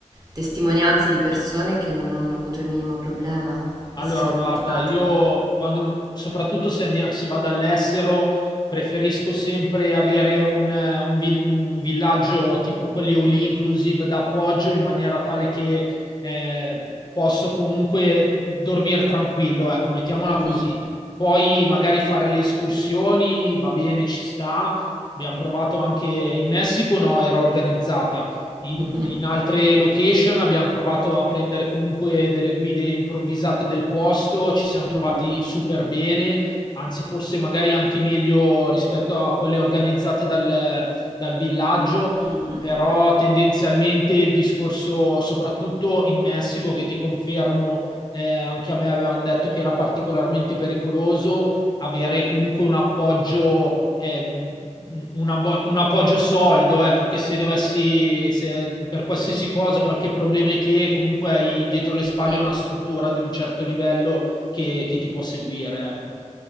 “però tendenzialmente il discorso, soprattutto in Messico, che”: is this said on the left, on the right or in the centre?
Left